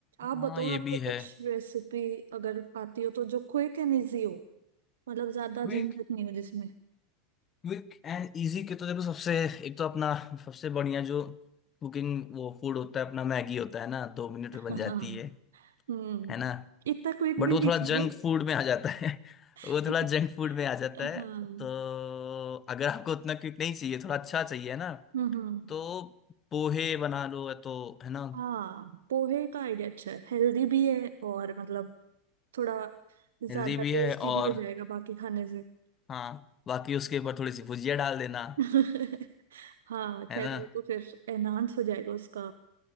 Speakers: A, on the right (about 80°); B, on the left (about 30°).
A: आप
B: हाँ
A: बताओ
B: ये
A: आपको
B: भी
A: कुछ
B: है
A: रेसिपी अगर आती हो तो जो क्विक एंड इजी हो मतलब ज्यादा
B: क्विक
A: झंझट नहीं हो जिसमें
B: क्विक एंड इजी के तो देखो सबसे एक तो अपना सबसे बढ़िया जो कुकिंग वो फूड होता है अपना मैगी होता है ना दो मिनट
A: हाँ
B: में बन जाती है
A: हम्म
B: है ना
A: इतना क्विक
B: बट
A: भी
B: वो
A: नहीं
B: थोड़ा
A: चाहिए
B: जंक फूड में आ जाता है <laughs>
A: <laughs>
B: वो थोड़ा जंक फूड में आ जाता है
A: हाँ हम्म
B: तो अगर आपको उतना क्विक नहीं चाहिए थोड़ा अच्छा चाहिए ना
A: हम्म।
B: तो पोहे बना लो तो है ना
A: हाँ पोहे का आइडिया अच्छा है हेल्दी भी है और मतलब थोड़ा ज्यादा
B: हेल्दी भी
A: टेस्टी
B: है और
A: भी हो जाएगा बाकी खाने से
B: हाँ बाकी उसके ऊपर थोड़ी सी भुजिया डाल देना
A: <laughs> हाँ
B: है
A: खैर
B: ना
A: वो तो फिर एनहांस हो जाएगा उसका